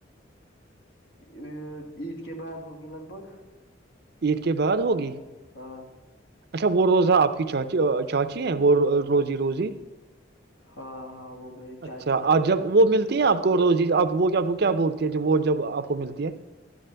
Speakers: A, on the left; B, on the right.
A: ا عید کے بعد ہوگی لگ بھگ
B: عید کے بعد ہوگی
A: ہاں
B: اچھا وہ روزہ آپ کی چاچی چاچی ہے وہ روزی روزی
A: ہاں ہاں وہ میرے چاچے
B: اچھا
A: ہیں
B: اور جب وہ ملتی ہیں آپ کو روز جی آپ وہ کو کیا بولتی ہیں وہ جب آپ کو ملتی ہے